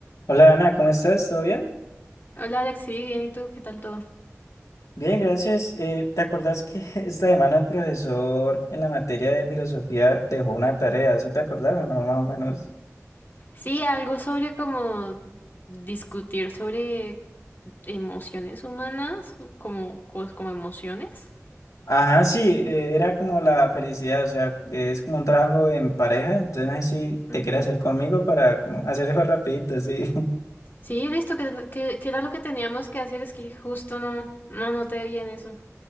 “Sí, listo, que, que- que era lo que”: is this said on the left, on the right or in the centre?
Left